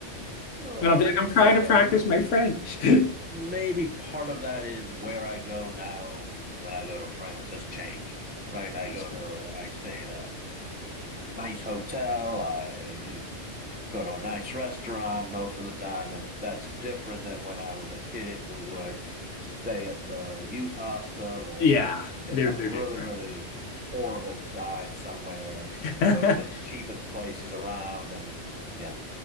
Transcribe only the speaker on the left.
And
I'll be like,
I'm trying
to practice
my French. <laughs>
That's
fine.
Yeah,
they're
they're
different.
<laughs>